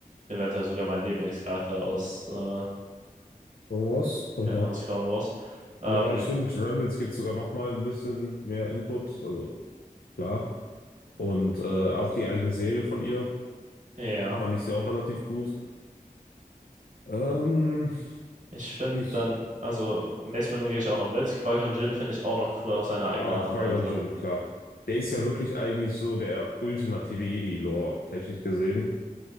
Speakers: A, on the right; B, on the left.
A: eventuell sogar mein Lieblingscharakter aus, äh,
B: Star Wars? Oder?
A: ja, aus Clone Wars. Ähm,
B: Ja, ich finde, Rebels gibt sogar noch mal ein bisschen mehr Input. Also klar. Und äh, auch die eigene Serie von ihr,
A: ja.
B: da fand ich sie
A: ja.
B: auch relativ gut. Ähm,
A: Ich finde
B: ich,
A: dann, also Mace Windu gehe ich auch noch mit. Qui-Gon Jinn finde ich auch noch cool auf seine eigene
B: oh,
A: Art
B: Qui-Gon
A: und Weise.
B: Jinn, klar. Der ist ja wirklich eigentlich so der ultimative Jedi-Lore, technisch gesehen.